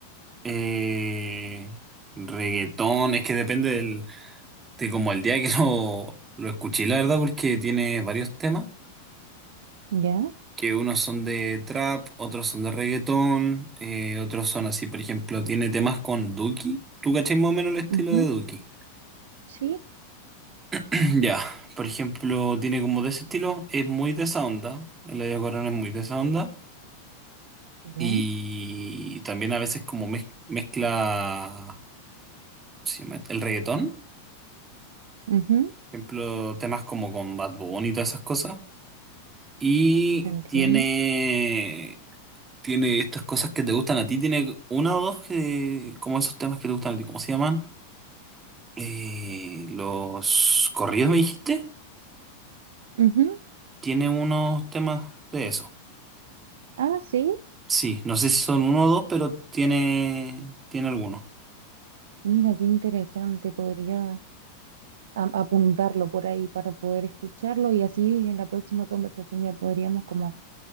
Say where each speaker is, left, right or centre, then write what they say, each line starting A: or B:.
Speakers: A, on the right (about 20°); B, on the right (about 60°).
A: eh, reggaetón, es que depende del, de como el día que lo, lo escuché, la verdad, porque tiene varios temas,
B: ¿Ya?
A: que unos son de trap, otros son de reggaetón, eh, otros son así, por ejemplo, tiene temas con Duki. ¿Tú cachai más o menos el estilo
B: Ujú,
A: de Duki?
B: Sí,
A: <clears throat> Ya, por ejemplo, tiene como de ese estilo, es muy de esa onda, el Eladio Corona es muy de esa onda,
B: ya.
A: y también a veces como mez- mezcla ¿cómo se llama esto? el reggaetón,
B: Ujú,
A: por ejemplo, temas como con Bad Bunny y todas esas cosas, y
B: Entiendo.
A: tiene, tiene estas cosas que te gustan a ti, tiene una o dos que, como esos temas que te gustan a ti, ¿cómo se llaman? Eh, los corridos, me dijiste,
B: Ujú,
A: tiene unos temas de eso.
B: Ah, sí.
A: Sí, no sé si son uno o dos, pero tiene, tiene alguno.
B: Mira, qué interesante. Podría... a- apuntarlo por ahí para poder escucharlo y así en la próxima conversación ya podríamos como